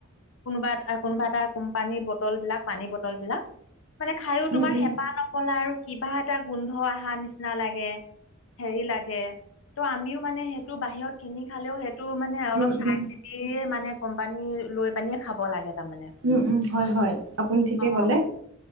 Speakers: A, on the left; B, on the right.
A: কোনোবা এটা, কোনোবা এটা কোম্পানীৰ বটল বিলাক পানী বটল বিলাক মানে খায়ো
B: উম
A: তোমাৰ
B: উম
A: হেঁপাহ নহ পলাই আৰু কিবা এটা গোন্ধ অহা নিচিনা লাগে। হেৰি লাগে ত' আমিও মানে সেইটো বাহিৰত কিনি খালেও সেইটো মানে মানে অলপ
B: উম
A: চাই
B: উম
A: চিতিয়েই মানে কোম্পানী লৈ পানিয়ে খাব লাগে তাৰমানে।
B: উম-উম, হয়-হয় আপুনি ঠিকেই
A: অ
B: ক'লে।